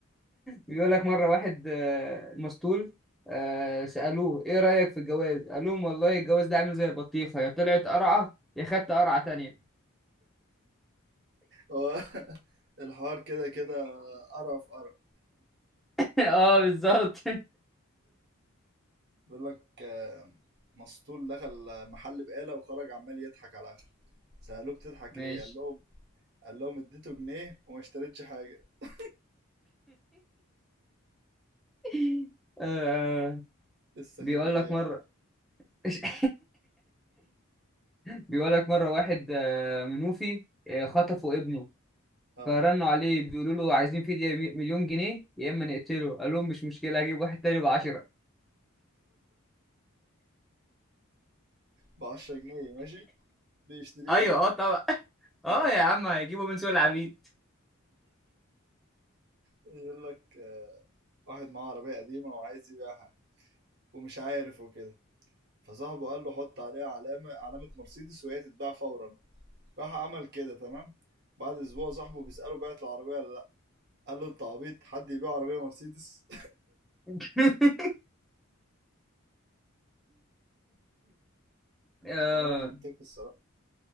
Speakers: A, in the centre; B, on the right.
A: بيقول لك مره واحد آه، مسطول آه، سالوه ايه رايك في الجواز قال لهم والله الجواز ده عامل زي البطيخه يا طلعت قرعه يا خدت قرعه تانية
B: هو <laughs> الحوار كده كده قرف قرف
A: <laughs> اه بالظبط
B: بيقول لك آه، مسطول دخل محل بقالة وخرج عمال يضحك على آخره سألوه بتضحك
A: ماشي
B: ليه قال لهم قال لهم اديته جنيه وما اشتريتش حاجة إيه
A: <laughs> آه،
B: السخافة
A: بيقول
B: دي
A: لك
B: يعني
A: مره <laughs> بيقول لك مره واحد آه، منوفي آه، خطفوا ابنه
B: اه
A: فرنوا عليه بيقولوا له عايزين فدية مي- مليون جنيه يا اما نقتله قال لهم مش مشكلة هجيب واحد تاني بعشرة
B: ب 10 جنيه ماشي بيشتريهم
A: ايوه اه طبعا <laughs> اه
B: ماشي
A: يا عم هيجيبوا من سوق العبيد
B: يقول لك آه، واحد معاه عربية قديمة وعايز يبيعها ومش عارف وكده فصاحبه قال له حط عليها علامة علامة مرسيدس وهي تتباع فورا راح عمل كده تمام بعد اسبوع صاحبه بيسأله بعت العربية ولا لا قال له انت عبيط حد يبيع عربية مرسيدس
A: <laughs> اه
B: كلام منطقي الصراحة